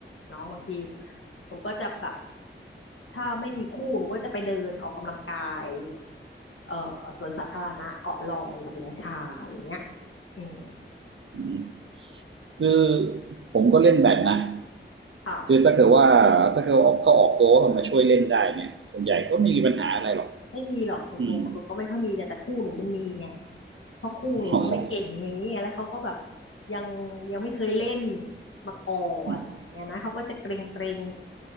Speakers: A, on the left (about 90°); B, on the right (about 70°).
A: เนาะบางทีหนูก็จะแบบถ้าไม่มีคู่หนูก็จะไปเดินออกกำลังกายเอ่อสวนสาธารณะเกาะลอยศรีราชาอย่างเงี้ยอืม
B: อืมคือผมก็เล่นแบบนะ
A: ค่ะ
B: คือถ้าเกิดว่าถ้าเกิดว่าเขาออกตัวว่าเขามาช่วยเล่นได้เนี่ยส่วนใหญ่ก็ไม่มีปัญหาอะไรหรอก
A: ไม่มีหรอกหนูหนูหนูก็ไม่ค่อยมีแต่แต่คู่หนูมันมีไง
B: อืม
A: เพราะคู่หนูมันไม่เก่งอย่างเงี้ยแล้วเขาก็แบบ
B: อ๋อ
A: ยังยังไม่เคยเล่นมาก่อนอย่างเงี้ยนะเขาก็จะเกรงเกรง
B: อืม